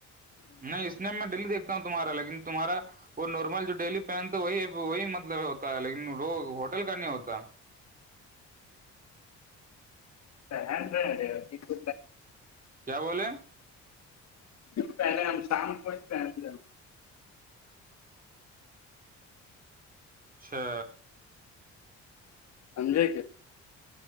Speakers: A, on the right; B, on the left.
A: نہیں اس میں دیکھتا ہوں تمہا لیکن تمہارا وہ نارمل جو ڈیلی پہن تو وہی وہی مطلب ہوتا ہے لیکن وہ ہوٹل کا نہیں ہوتا
B: چان رہ رہے چ
A: کیا بولیں
B: پہلے شام کوچ پ ج
A: اچھا
B: سمجے کیا